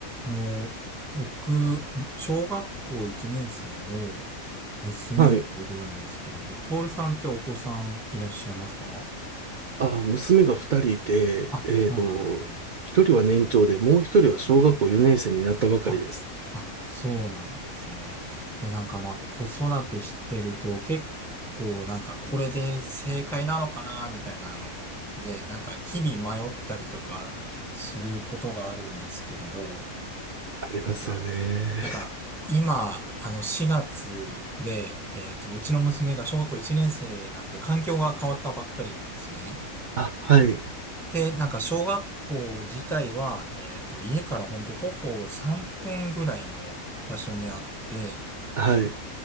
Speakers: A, in the centre; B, on the right.
A: あの、僕、小学校1年生の娘がいるんですけれど、
B: はい。
A: トールさんってお子さんいらっしゃいますか
B: あ、娘が二人いて、
A: あ、
B: えっと、
A: そうなんですね。
B: 一人は年長で、もう一人は小学校4年生になったばかりです。
A: あ、あ、そうなんですね。で、なんかまあ、子育てしてると結構なんかこれで正解なのかな、みたいなので、なんか日々迷ったりとかすることがあるんですけれど、
B: ありますよね。
A: なんかなんか、今、あの、4月で、えっと、うちの娘が小学校1年生なんで、環境が変わったばっかりなんですね。
B: <laughs> あ、はい。
A: で、なんか、小学校自体は、えっと、家からほんと徒歩3分ぐらいの場所にあって、
B: はい。